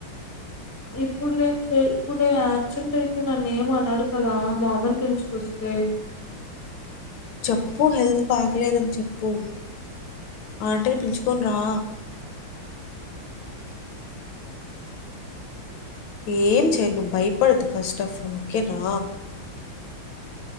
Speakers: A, on the left; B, on the left.
A: ఇప్పుడు నేను చె ఇప్పుడు నేను యాబ్సెంట్ అయితే నన్నేం అనడు కదా మామని పిలిచుకొస్తే
B: చెప్పు హెల్త్ బాగలేదని చెప్పు ఆంటిని పిలుచుకొని రా ఏం చె నువ్వు భయపడదు ఫస్ట్ ఆఫ్ ఆల్ ఓకేనా